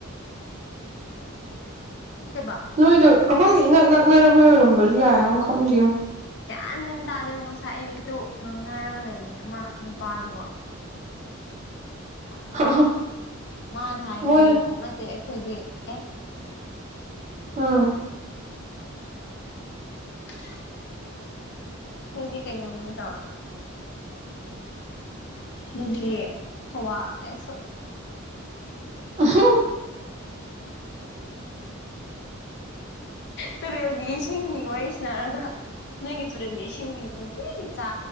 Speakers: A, on the left; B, on the right.
A: ꯅꯠꯇꯦꯕꯥ
B: ꯅꯣꯏꯗ ꯑꯩꯈꯣꯏꯒꯤ ꯏꯅꯛ ꯅꯛꯅꯈꯣꯏ ꯑꯣꯏꯔꯝꯕꯁꯨ ꯌꯥꯏꯡꯨꯣ ꯈꯪꯗꯦꯉꯣ
A: ꯒ꯭ꯌꯥꯟ ꯃꯟ ꯇꯥꯗꯦꯕ ꯉꯁꯥꯏ ꯑꯌꯨꯛꯁꯨ ꯉꯥꯡꯅꯔꯒ ꯂꯩꯕꯅꯦ ꯑꯃ ꯅꯨꯄꯥꯗꯨꯕꯣ
B: <unintelligible>
A: ꯃꯥꯅ ꯍꯥꯏꯕꯅꯦ
B: ꯃꯣꯏ
A: ꯅꯠꯇꯦ ꯑꯩꯈꯣꯏꯗꯤ ꯑꯦ
B: ꯑꯥ
A: <unintelligible> ꯑꯈꯣꯏꯗꯤ ꯀꯩꯅꯣꯅꯤ ꯑꯗꯣ ꯅꯣꯢꯒꯤ ꯊꯥꯋꯥ ꯁꯣꯔꯤ
B: ꯑꯍꯣ <inaudible>
A: ꯇꯨꯔꯦꯜꯒꯤ ꯏꯁꯤꯡꯒꯤ ꯋꯥꯔꯤꯁꯤꯅꯔꯒ ꯅꯣꯏꯒꯤ ꯆꯨꯔꯦꯜꯒꯤ ꯏꯁꯤꯡꯗꯤ ꯅꯨꯡ ꯀꯤꯒꯤ ꯆ